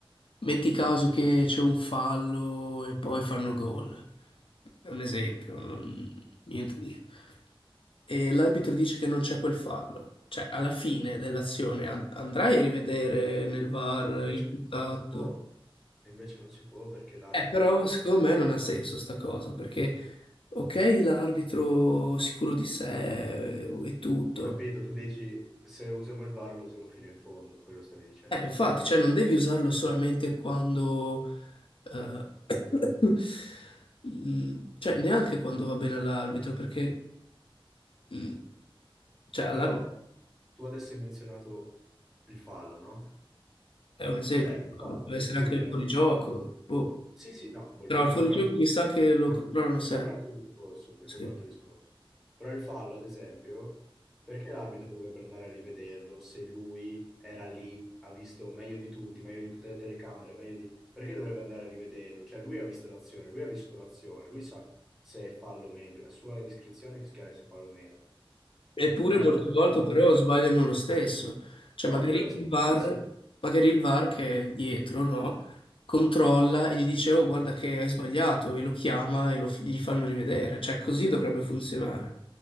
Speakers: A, on the left; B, in the centre.
A: metti caso che c'è un fallo e poi fanno gol. È un esempio, non- niente di... E l'arbitro dice che non c'è quel fallo. Cioè, alla fine dell'azione an- andrai a rivedere nel VAR
B: Invece
A: il contatto.
B: non si può, e invece non si può perché l'arbitro...
A: Eh, però secondo me non ha senso sta cosa, perché ok, l'arbitro sicuro di sé eh, e tutto,
B: Ho capito, tu dici se usiamo il VAR lo usiamo fino in fondo, quello stavi dicendo.
A: Eh, infatti, cioè non devi usarlo solamente quando, eh, <coughs> mm, cioè neanche quando va bene all'arbitro, perché mm, cioè, all'arbitro
B: Però tu adesso hai menzionato il fallo, no?
A: è un esempio,
B: Cioè il fallo,
A: lo può essere
B: lui
A: anche il
B: era...
A: fuorigioco,
B: vi-
A: boh.
B: Sì, sì, no, boh,
A: Però
B: il fuorigioco
A: il fuorigioco
B: è un altro,
A: mi sa
B: il
A: che lo controllano
B: fuorigioco
A: sempre,
B: è un altro discorso, il fuorigioco
A: sì.
B: è un altro discorso. Però il fallo, ad esempio, perché l'arbitro dovrebbe andare a rivederlo se lui era lì, ha visto meglio di tutti, meglio di tutte le telecamere, meglio di... Perché dovrebbe andare a rivederlo? Cioè, lui ha visto l'azione, lui ha visto l'azione, lui sa se è fallo o meno, lui- a sua discrezione fiscale se è fallo o meno.
A: Eppure
B: Andarlo
A: molte
B: a richiamare...
A: volte però sbagliano lo stesso, cioè
B: No, quello sì,
A: magari il
B: quello
A: VAR,
B: sì.
A: magari il VAR che è dietro, no? Controlla e gli dice oh guarda che hai sbagliato e lo chiama e lo f- gli fanno rivedere, cioè così dovrebbe funzionare.